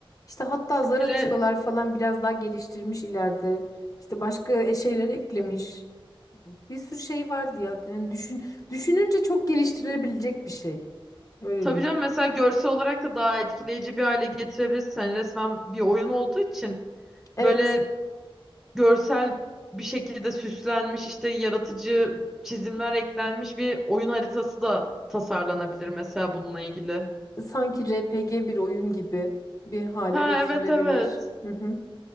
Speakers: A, on the left; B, in the centre.
A: İşte hatta zar
B: Hele
A: atıyorlar falan biraz daha geliştirmiş ileride. İşte başka e- şeyler eklemiş. Bir sürü şey vardı ya. Yani düşün, düşününce çok geliştirilebilecek bir şey. Öyle
B: Tabii
A: değil.
B: canım mesela görsel olarak da daha etkileyici bir hale getirebilirsin. Hani resmen bir oyun olduğu için
A: Evet.
B: böyle görsel bir şekilde süslenmiş işte yaratıcı çizimler eklenmiş bir oyun haritası da tasarlanabilir mesela bununla ilgili.
A: Sanki RPG bir oyun gibi bir hale
B: Ha
A: getirilebilir.
B: evet evet.
A: Hı hı.